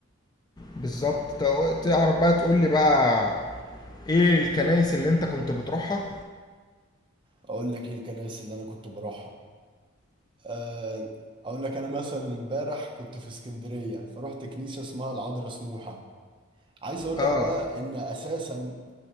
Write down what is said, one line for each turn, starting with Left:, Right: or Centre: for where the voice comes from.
Left: بالظبط تا- تعرف بقى تقول لي بقى ايه الكنائس اللي انت كنت بتروحها
Right: اقول لك ايه الكنائس اللي انا كنت بروحها أه... اقول لك انا مثلا امبارح كنت في اسكندرية فروحت كنيسة اسمها العذراء سموحة عايز اقول
Left: اه
Right: لك بقى ان اساسا